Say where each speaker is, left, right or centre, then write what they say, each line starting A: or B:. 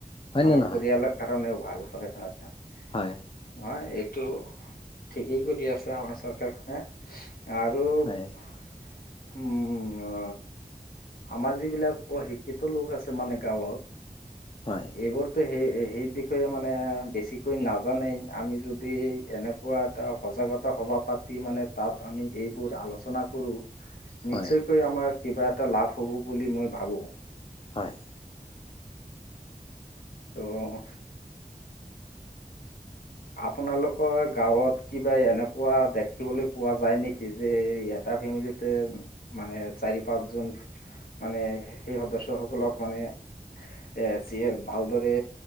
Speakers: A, on the left; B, on the left.
A: হয়
B: আমাৰ
A: নে নহয়
B: পৰিয়ালৰ কাৰণেও ভাল হয় হয়
A: হয়
B: নহয় এইটো ঠিকেই কৰি আছে আমাৰ চৰকাৰখনে আৰু উম
A: হয়
B: অ আমাৰ যিবিলাক শিক্ষিত লোক আছে মানে গাঁৱত
A: হয়
B: এইবোৰতো সেই সেই বিষয়ে মানে বেছিকৈ নাজানেই আমি যদি এনেক কোৱা এটা সজাগতা সভা পাতি মানে তাত আমি এইবোৰ আলোচনা কৰো
A: হয়
B: নিশ্চয়কৈ আমাৰ কিবা এটা লাভ হব বুলি মই ভাবো
A: হয়
B: ত' আপোনালোকৰ গাঁৱত কিবা এনেকুৱা দেখিবলৈ পোৱা যায় যে এটা ফেমিলিত তে মানে চাৰি পাঁচজন মানে সেই সদস্যসকলক মানে এ যিয়ে ভালদৰে